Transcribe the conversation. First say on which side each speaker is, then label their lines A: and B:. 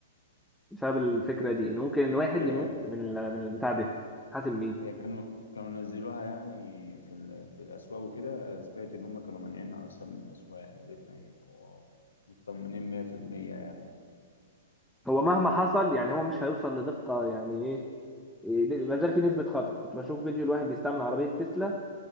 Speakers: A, in the centre; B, on the left.
A: بسبب الفكره دي ان ممكن واحد
B: هي
A: يموت من ال- من البتاع ده حاسب مين
B: هي كانوا كانوا نزلوها يعني في ال... في الأسواق وكده سمعت إن هم كانوا مانعيننا أصلا من الأسواق لغاية ما يبقوا مطمنين 100% يعني
A: هو مهما حصل يعني هو مش هيوصل لدقه يعني ايه إيه، ما زال في نسبه خطا كنت بشوف فيديو لواحد بيستعمل عربيه تسلا